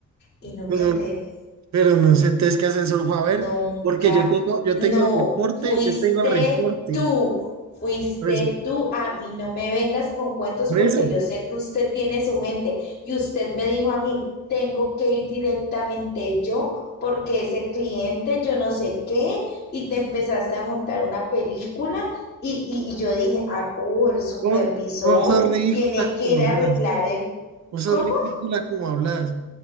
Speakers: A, on the left (about 30°); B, on the right (about 60°).
A: y nunca
B: pero,
A: te vi,
B: pero no sé entonces qué ascensor fue a
A: nunca,
B: ver, porque yo tengo, yo
A: no,
B: tengo el reporte,
A: fuiste
B: yo tengo el reporte,
A: tú, fuiste
B: por eso,
A: tú, a mí no me vengas con cuentos
B: por
A: porque
B: eso,
A: yo sé que usted tiene su gente y usted me dijo a mí, tengo que ir directamente yo porque ese cliente yo no sé qué y te empezaste a montar una película y, y, y yo dije, ah, oh, el supervisor
B: vos, vos sos ridícula
A: tiene que
B: como
A: ir
B: hablas,
A: a arreglar el...
B: vos sos
A: ¿Cómo?
B: ridícula como hablas,